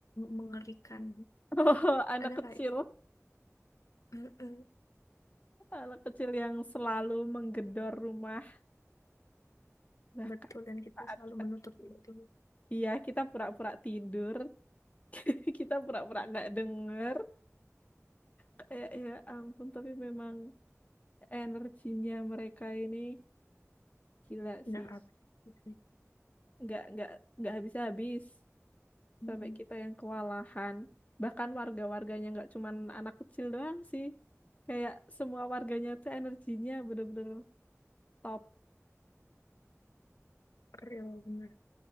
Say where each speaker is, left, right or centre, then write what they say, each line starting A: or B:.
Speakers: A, on the left (about 85°); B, on the left (about 25°).
A: mengerikan.
B: <laughs> oh, anak
A: Ada
B: kecil
A: lah.
B: anak kecil yang selalu menggedor rumah bahkan
A: Betul, dan kita
B: saat
A: selalu
B: kita
A: menutup
B: tidur.
A: pintu.
B: iya kita pura-pura tidur <laughs> kita pura-pura nggak denger kayak ya ampun tapi memang energinya mereka ini gila
A: Nggak
B: sih
A: apa gitu. ya.
B: nggak nggak nggak habis-habis
A: Mm-mm.
B: sampai kita yang kewalahan bahkan warga-warganya nggak cuman anak kecil doang sih kayak semua warganya tuh energinya bener-bener top
A: Real, bener.